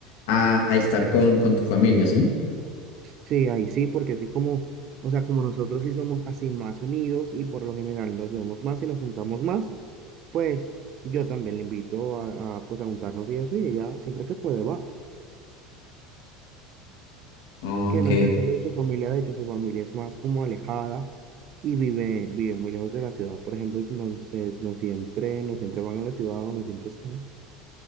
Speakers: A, on the left; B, on the right.
A: a, a estar con, con tu familia, ¿sí?
B: Sí, ahí sí, porque así como, o sea, como nosotros sí somos así más unidos y por lo general nos vemos más y nos juntamos más, pues yo también le invito a, a, pues a juntarnos y eso y ella siempre que puede va.
A: Ok,
B: que no es el caso de su familia, de hecho su familia es más como alejada y vive, vive muy lejos de la ciudad, por ejemplo, entonces no siempre, no siempre van a la ciudad o no siempre están.